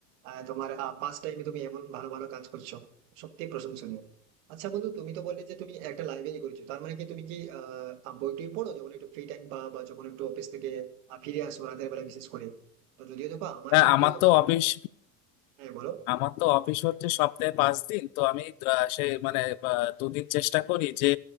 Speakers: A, on the right (about 75°); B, on the left (about 70°).
A: আহ, তোমার পাস টাইমে তুমি এমন ভালো ভালো কাজ করছো সত্যি প্রশংসনীয় আচ্ছা বন্ধু তুমি তো বললে যে তুমি একটা লাইব্রেরি করেছো তার মানে কি তুমি কি আহ বই টই পড়ো যখন একটু ফ্রি টাইম পা বা যখন একটু অফিস থেকে আহ, ফিরে আসো রাতের বেলা বিশেষ করে তো যদিও দেখো আমার
B: হ্যাঁ
A: কিন্তু
B: আমার তো
A: আহ,
B: অফিস
A: হ্যাঁ বলো
B: আমার তো অফিস হচ্ছে সপ্তাহে পাঁচ দিন তো আমি আহ, সেই মানে আহ, দুদিন চেষ্টা করি যে